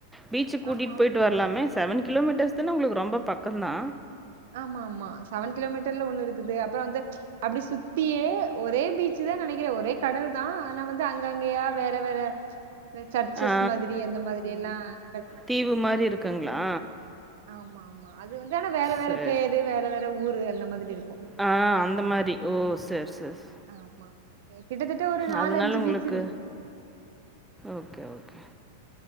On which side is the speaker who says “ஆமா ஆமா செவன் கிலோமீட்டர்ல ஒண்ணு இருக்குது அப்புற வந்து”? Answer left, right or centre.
Right